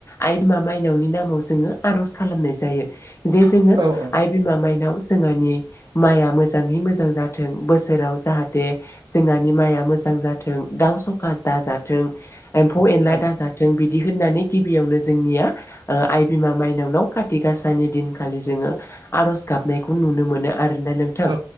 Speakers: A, on the left; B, on the right.
A: आइ मा माइनावनि नामाव जों आरज खालामनाय जायो जे जों
B: औ
A: आइ बिमा माइनाव जोंहानि माइया मोजाङै मोजां जाथों बोसोराव जाहाथे जोंहानि माइआ मोजां जाथों दाउ सखा दा जाथों एम्फौ एनला
B: औ
A: दा जाथों बिदि होननानै गिबियावनो जोंनिया आइ बिमा माइनावनाव काति गासानि दिनखालि जोङो आरज गाबनायखौ नुनो मोनो आरोना नोंथां
B: औ